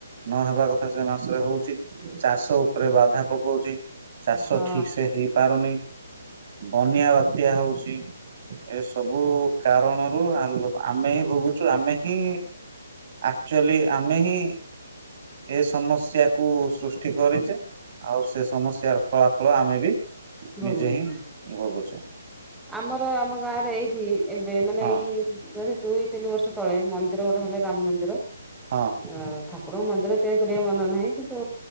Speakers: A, on the right; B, in the centre.
A: ନହେବା କଥା ସେ ମାସରେ ହୋଉଚି, ଚାଷ ଉପରେ ବାଧା ପକ କୋଉଚି ଚାଷ
B: ହଁ
A: ଠିକ ସେ ହେଇପାରୁନି। ବନ୍ୟା ବାତ୍ୟା ହୋଉଚି। ଏ ସବୁ କାରଣରୁ ଆମ ଆମେ ହିଁ ଭୋଗୁ ଚୁ ଆମେ ହିଁ ଆକ୍ଚୁଆଲି ଆମେ ହିଁ ଏ ସମସ୍ୟାକୁୁ ସୃଷ୍ଟି କରିଚେ ଆଉ ସେ ସମସ୍ୟାର ଫଳାଫଳ ଆମେ ବି ନିଜେ
B: ଭୋଗୁଚି
A: ହିଁ ଭୋଗୁଛେ
B: ଆମର ଆମ ଗାଁରେ ଏଇଠି ଏବେ ମାନେ
A: ହଁ।
B: ଏଇ ଯଦି ଦୁଇ ତିନି ବର୍ଷ ତଳେ ମନ୍ଦିର ଗୋଟେ ହେଲେ ରାମ ମନ୍ଦିର।
A: ହଁ
B: ଆଁ ଠାକୁର ମନ୍ଦିର ତିଆରି କରିବାକୁ ମନା ନାହିଁ କିନ୍ତୁ